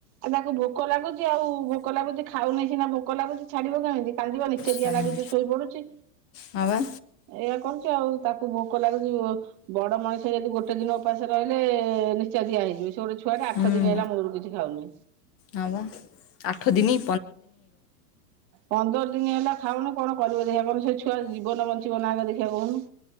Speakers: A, on the right; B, on the left.
A: ଆଉ ତାକୁ ଭୋକ ଲାଗୁଛି ଆଉ ଭୋକ ଲାଗୁଛି ଖାଉନିଁ ସିନା ଭୋକ ଲାଗୁଛି ଛାଡିବ କେମିତି। କାନ୍ଦିବା ନିଚେ
B: ଛାଡ଼ୁନି
A: ଦିଆ ଲାଗୁଛି ଶୋଇ ପଡୁଛି
B: ହଁ ବା
A: ଏଇଆ କରୁ ଆଉ ତାକୁ ଭୋକ ଲାଗୁଛି ବଡ ମଣିଷ ଯଦି ଗୋଟେ ଦିନ ଉପାସ ରହି ହେଲେ ନିଶ୍ଚଦିଆ ହେଇଯିବ ସେ ଗୋଟେ ଛୁଆଟେ ଆଠ
B: ହୁଁ
A: ଦିନ ହେଲା ମୂଳରୁ କିଛି ଖାଉନି।
B: ହଁ ବା, ଆଠ ଦିନି
A: ପନ୍ଦର ଦିନ ହେଲା ଖାଉନୁ କଣ? କରିବ ଦେଖିବାକୁ କହୁନୁ ସେ ଛୁଆ ଜୀବନ ବଞ୍ଚିବ ନା ଦେଖିବା କହୁନୁ।